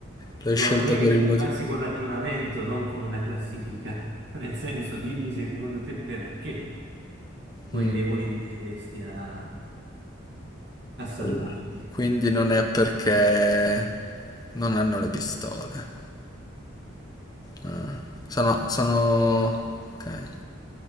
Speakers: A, on the left (about 20°); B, on the right (about 55°).
A: l'ho
B: vorrei
A: scelta per
B: che ci
A: il
B: arrivassi
A: motivo...
B: con ragionamento, non con una classifica. <laughs> Nel senso, dimmi secondo te perché con
A: Mm.
B: i leoni riusciresti a, a salvarti.
A: Allora, Quindi non è perché non hanno le pistole. Ah. Sono, sono... Ok.